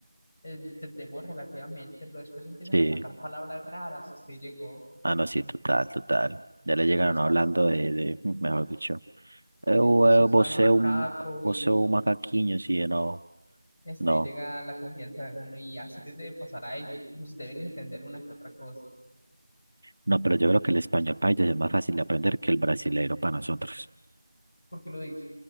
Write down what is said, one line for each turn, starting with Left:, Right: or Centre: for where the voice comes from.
Left: eh, lo entendemos relativamente, pero después empiezan
Right: sí.
Left: a sacar palabras raras. Usted llegó
Right: Ah, no, sí, total, total. Ya le llegaron
Left: y les
Right: hablando
Left: pasa.
Right: de, de mm, mejor dicho, eu,
Left: de, de
Right: eu,
Left: sopa
Right: você
Left: de macaco
Right: é um, você
Left: y
Right: é um macaquinho, sí, no,
Left: este,
Right: no.
Left: ahí llega la confianza de uno y así les debe pasar a ellos, nos deben entender una que otra cosa,
Right: No, pero yo creo que el español para ellos es más fácil de aprender que el brasileiro para nosotros.
Left: porque lo dice,